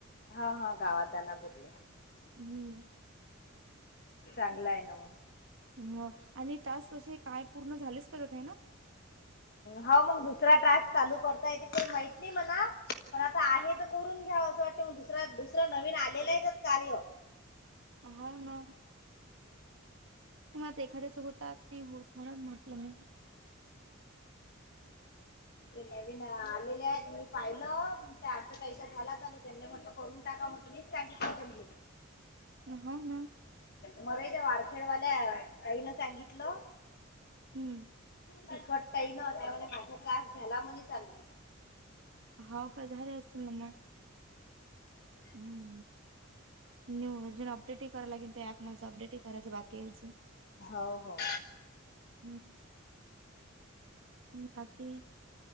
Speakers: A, on the left; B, on the right.
A: हा हा गावात जानापूरले.
B: हम्म.
A: चांगला आहे ना मग.
B: हो आणि टास्क असे काय पूर्ण झालेच पहित ना.
A: हो मग दुसरा टास्क चालू करताय त माहित नाही मला. पण आता आहे तर करून घ्याव असं वाटतं मग दुसरा दुसरं नवीन आलेलं आहेच कार्य.
B: हो ना. ते मझ एखाद्याच होतात ते होत म्हणत म्हटलं मी.
A: नवीन आलेले आहेत तुम्ही पाहिलं. अच्या पैश झाला चालू त्यांनी म्हटलं करून टाका म्हण मीच सांगितलं त्यांनी.
B: ह ना.
A: मर त्या वारखेड वाल्या ताईंना सांगितलं.
B: हम्म.
A: तिकट ताई न होत्या म्हणे माझा त्रास झाला म्हणे चालू.
B: होव का झाले असतील ना मग. हम्म न्यू वर्जन अपडेट करायला लागेल ते ऍप म अपडेट करायचं बाकी यायचं
A: हाव, हाव
B: हम्म. बाकी